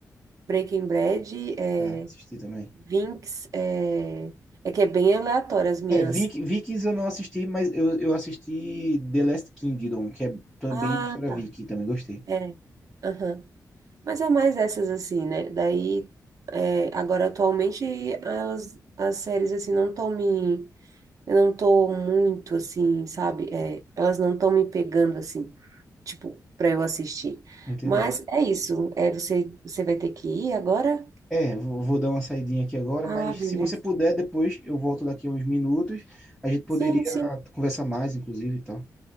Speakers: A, on the right (about 60°); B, in the centre.
A: Breaking Bad, é,
B: Ah, assisti também.
A: Vinx, é, é que é bem aleatório as minhas.
B: É, Vik- Vikings eu não assisti, mas eu, eu assisti The Last Kingdom, que é também
A: Ah,
B: de história
A: tá.
B: viking, também gostei.
A: É. Aham. Mas é mais essas assim, né? Daí, é, agora atualmente elas, as séries assim não estão me, eu não tô muito assim, sabe? É, elas não estão me pegando assim, tipo, para eu assistir.
B: Entendi.
A: Mas é isso. É, você, você vai ter que ir agora?
B: É, vou vou dar uma saidinha aqui agora,
A: Ah,
B: mas
A: beleza.
B: se você puder, depois eu volto daqui a uns minutos. A gente poderia
A: Sim, sim.
B: conversar mais, inclusive, e tal.